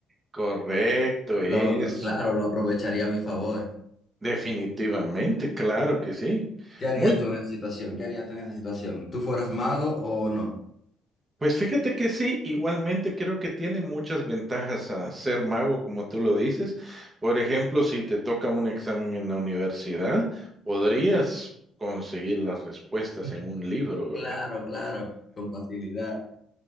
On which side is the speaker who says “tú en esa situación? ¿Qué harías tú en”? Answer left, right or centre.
Left